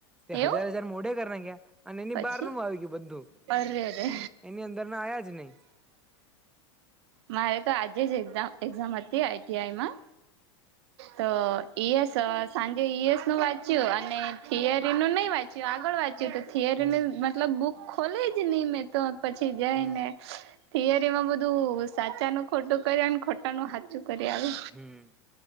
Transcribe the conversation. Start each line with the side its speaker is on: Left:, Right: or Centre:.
Centre: તે હજાર
Right: એવું
Centre: હજાર મોડે કરનાગ્યા? અને એની
Right: પછી
Centre: બહાર નું આવી ગયું બધું,
Right: અરે રે
Centre: એની અંદર ના આયા જ નહી.
Right: મારે તો આજે જ એક્સા એક્ઝામ હતી આઈ ટી આઈમાં. તો ઈ એસ સાંજે ઈ એસ નું વાંચ્યું અને થિયરીનું નહીં વાંચ્યું આગળ વાંચ્યું તો. થિયરી
Centre: હમ
Right: મતલબ બુક ખોલે જ નહી મેં તો પછી જાય
Centre: હમ
Right: ને. થિયરી માં બધું સાચાનું ખોટું કરને ખોટાનું સાચું કરી આવે.
Centre: હમ્મ.